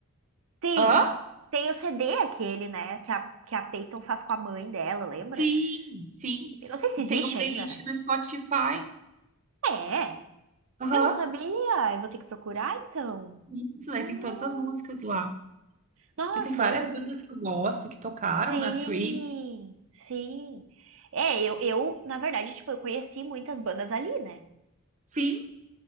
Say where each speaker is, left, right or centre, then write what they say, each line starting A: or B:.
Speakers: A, on the right (about 60°); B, on the right (about 35°).
A: Tem,
B: Hã?
A: tem o CD aquele, né? Que a, que a Peyton faz com a mãe dela, lembra?
B: Sim, sim.
A: Eu não sei se
B: E
A: existe
B: tem o playlist
A: ainda, né?
B: no Spotify.
A: É,
B: Aham.
A: eu não sabia. Eu vou ter que procurar então.
B: Isso, aí
A: Hum,
B: tem todas as músicas lá.
A: nossa,
B: Porque tem várias
A: eu.
B: bandas que eu gosto, que tocaram
A: Sim,
B: na Tree.
A: sim. É, eu, eu, na verdade, tipo, eu conheci muitas bandas ali, né?
B: Sim,